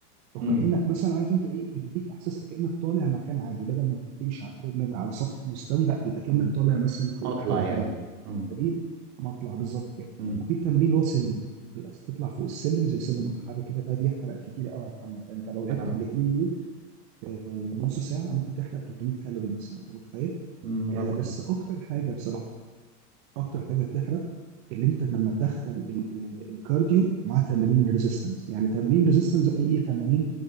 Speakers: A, on the right; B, on the right.
A: وكانك
B: امم
A: مثلا عارف انت ايه بتديك احساس كانك طالع مكان عادي بدل ما انت بتمشي على التريدميل على سطح مستوي لا بيبقى كانك
B: امم
A: طالع مثلا فوق
B: اطلع
A: حاجه
B: يعني
A: عاليه
B: امم
A: فدي مطلع بالظبط كده
B: امم
A: وفي التمرين اللي هو سلم بيبقى تطلع فوق السلم زي سلم
B: امم
A: متحرك كده ده بيحرق كتير قوي يا محمد انت لو لعبت
B: اه
A: على الاثنين دول في نص ساعه ممكن تحرق 300 كالوري مثلا انت متخيل
B: امم رقم
A: آه بس اكتر حاجه بصراحه اكتر حاجه بتحرق اللي انت لما تدخل ال- الكارديو مع تمارين ريزيستنس يعني تمارين ريزيستنس اي تمارين